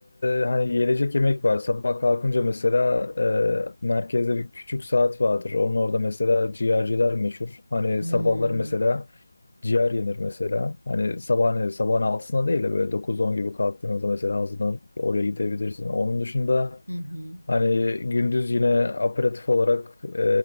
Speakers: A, on the left; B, on the right.
A: e, hani yiyecek yemek var. Sabah kalkınca mesela e, merkezde bir küçük saat vardır. Onun orada mesela ciğerciler meşhur. Hani
B: Hmm,
A: sabahları mesela ciğer yenir mesela. Hani sabah ne, sabahın altısında değil de böyle dokuz on gibi kalktığınızda mesela hazırlanıp oraya gidebilirsin. Onun dışında
B: Hı hı.
A: hani gündüz yine aperatif olarak e,